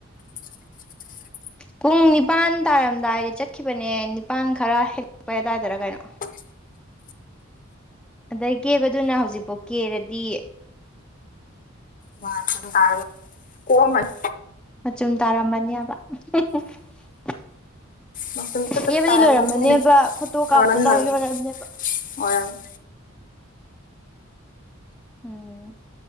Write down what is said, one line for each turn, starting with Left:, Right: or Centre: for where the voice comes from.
Left: <inaudible>
Centre: ꯄꯨꯡ ꯅꯤꯄꯥꯟ ꯇꯥꯔꯝꯗꯥꯏꯗ ꯆꯠꯈꯤꯕꯅꯦ ꯅꯤꯄꯥꯟ ꯈꯔ ꯍꯦꯛꯂꯛꯄꯩ ꯑꯋꯥꯏꯗꯔ ꯀꯩꯅꯣ
Left: <inaudible>
Centre: ꯑꯗꯩ ꯀꯦꯕꯗꯨꯅ ꯍꯧꯖꯤꯛꯐꯥꯎ ꯀꯦꯔꯗꯤ
Left: ꯃꯥꯟ ꯇꯥꯔꯝꯃꯅꯤ ꯀꯣꯛꯑꯝꯃꯅꯤ
Centre: ꯃꯆꯨꯝ ꯇꯥꯔꯝꯃꯅꯦꯕ <unintelligible>
Left: ꯃꯆꯨꯝ ꯇꯞ
Centre: ꯀꯦꯕꯗꯤ
Left: ꯇꯞ ꯇꯥꯔꯝꯃꯅꯤ
Centre: ꯂꯣꯏꯔꯝꯃꯅꯦꯕ ꯐꯣꯇꯣ
Left: ꯅꯣꯔꯃꯦꯜ
Centre: ꯀꯥꯞꯄ ꯇꯧꯔꯤ
Left: ꯅꯣꯔꯃꯦꯜ
Centre: ꯑꯣꯢꯔꯝꯅꯦꯕ
Left: ꯑꯣꯏꯔꯝꯅꯤ
Centre: ꯎꯝ